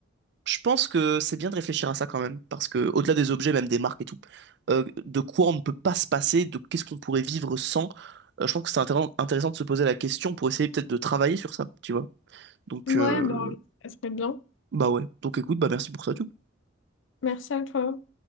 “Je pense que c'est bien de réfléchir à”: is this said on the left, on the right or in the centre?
Right